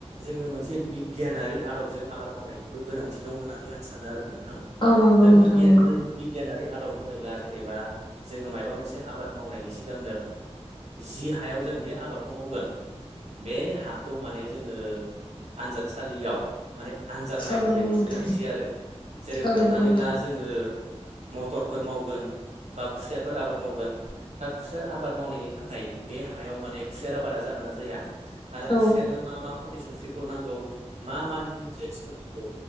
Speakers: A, on the right; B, on the left.
A: जोङो मोनसे बिगियानारि आदबजों आबाद मावनायनिबो गोनांथि दं होननानै आं सानो आरो नोंथां।
B: औ नंगौ
A: दा
B: नोंथां
A: बिगियान
B: नंगौ
A: बिगियानारि आदब होनोब्ला जेनेबा जोङो मायबा मोनसे आबाद मावनायनि सिगांनो जि हायाव जों बे आबाद खौ मावगोन बे हाखौ माने जोङो आनजादसालियाव माने आनजाद नायग्रोनायनायनिबो
B: औ नंगौ नोंथां
A: गोनांथि आरो जेरै
B: औ
A: हमनानै
B: नंगौ नोंथां
A: ला जोङो मटरफोर मावगोन। बा खुसेरफोर आबाद मावगोन दा खुसेर आबाद मावनायनि थाखाय बे हायाव माने खुसेर आबादा जागोन ना जाया आरो
B: औ
A: खुसेरनो मा मा खनि संख्रिफोर नांगौ मा मा निउट्रियेन्सफोर नांगौ